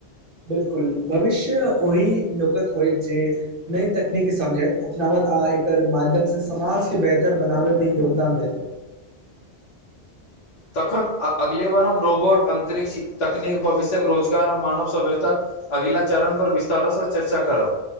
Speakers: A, on the right (about 55°); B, on the left (about 50°).
A: बिलकुल भविष्य ओहिी लोकक होय जे नय तकनीकी समझथि अपनावत आ एकर माध्यमसँ समाजके बेहतर बनाबयमे योगदान दत
B: तखन अगले बार हम रोबोट अन्तरिक्ष तकनीक भविष्यक रोजगार आर मानव सभ्यताक अगिला चरण पर विस्तारो सँ चर्चा करब